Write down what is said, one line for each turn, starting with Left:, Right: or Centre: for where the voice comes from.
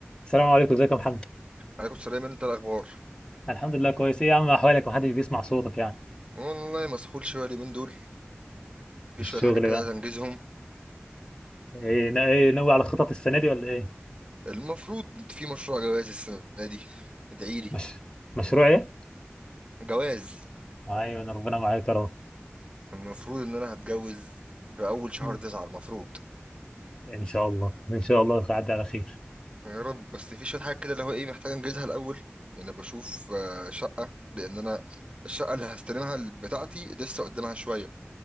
Left: السلام عليكم ازيك يا محمد
Right: عليكم السلام انت الاخبار
Left: الحمد لله كويس ايه يا عم احوالك محدش بيسمع صوتك يعني
Right: والله مسحول شويه اليومين دول في
Left: الشغل
Right: شويه حاجات كده
Left: بقى
Right: عايز انجزهم
Left: ايه نا- ايه ناوي على خطط السنه دي ولا ايه
Right: المفروض في مشروع جواز السنه دي ادعي لي
Left: مش مشروع ايه
Right: جواز
Left: ايوه انا ربنا معاك يا رب
Right: المفروض ان انا هتجوز في اول شهر
Left: مم.
Right: تسعة المفروض
Left: ان شاء الله ان شاء الله هتعدي على خير
Right: يا رب بس في شويه حاجات كده اللي هو ايه محتاج انجزها الاول لان انا بشوف آه، شقه لان انا الشقه اللي هستلمها بتاعتي لسه قدامها شويه